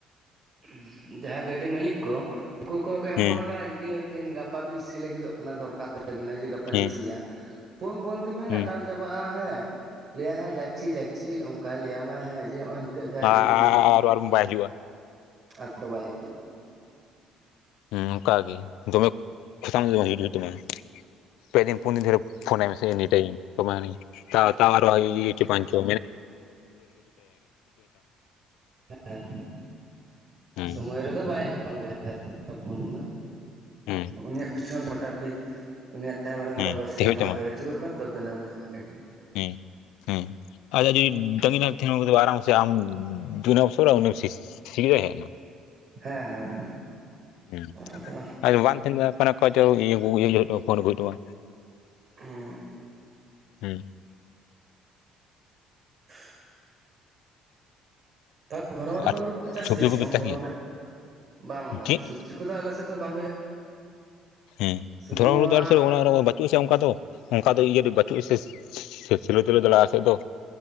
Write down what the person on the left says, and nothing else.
ᱦᱮᱸ
ᱦᱮᱸ
ᱦᱮᱸ
ᱟᱨ
ᱟᱨ ᱵᱟᱭ ᱦᱤᱡᱩᱜᱼᱟ
ᱦᱮᱸ ᱚᱱᱠᱟᱜ ᱜᱮ ᱫᱚᱢᱮ <unintelligible> ᱯᱮ ᱫᱤᱱ ᱯᱩᱱ ᱫᱤᱱ ᱫᱷᱩᱨᱤᱭᱟᱹ ᱯᱷᱳᱱ ᱟᱭ ᱢᱮ ᱥᱮ ᱮᱱᱤ ᱴᱟᱭᱤᱢ ᱛᱚᱵᱮ ᱦᱤᱲᱤᱧᱟ ᱛᱟᱣᱟᱨ ᱤᱭᱟᱹ ᱪᱚ ᱵᱟᱝ ᱪᱚ
ᱦᱩᱸ
ᱦᱩᱸ
ᱦᱩᱸ
ᱛᱮ
ᱦᱩᱭᱩᱜ
ᱦᱮᱸ ᱦᱮᱸ ᱟᱪᱪᱷᱟ ᱡᱤᱢ ᱛᱟᱜᱤ ᱱᱟ ᱟᱨᱟᱢ ᱥᱮ ᱟᱢ ᱚᱥᱚᱨ ᱥᱤᱜ ᱦᱮᱡ ᱮᱱᱟ
ᱦᱮᱸ
ᱟᱡ ᱵᱟᱝ ᱛᱟᱦᱮᱸᱱ ᱚᱠᱟᱭᱪᱚ ᱤᱭᱟᱹ ᱤᱭᱟᱹ ᱦᱩᱭᱩᱜ ᱛᱟᱢᱟ ᱯᱷᱳᱱ ᱠᱚ ᱦᱩᱭᱩᱜ ᱛᱟᱢᱟ
ᱦᱩᱸ
ᱟᱨ
ᱥᱚᱵᱽᱡᱤ
ᱠᱚᱯᱮ
ᱪᱟᱥ
ᱜᱮᱭᱟ
ᱪᱮᱫ
ᱦᱮᱸ
ᱫᱷᱚᱨᱚᱱ
ᱦᱩᱲᱩ ᱫᱚ ᱟᱞᱮ ᱥᱮᱫ ᱚᱲᱟᱜ ᱨᱮᱠᱚ ᱵᱟᱪ ᱴᱷᱤᱠ ᱟᱪᱷᱮ ᱚᱱᱠᱟ ᱫᱚ ᱚᱱᱠᱟ ᱫᱚ ᱤᱭᱟᱹ ᱫᱚ ᱵᱟᱪᱩᱜᱼᱟ ᱥᱮ ᱯᱷᱤᱞᱳ ᱯᱷᱤᱞᱳ ᱜᱮᱞᱟ ᱥᱮᱫ ᱫᱚ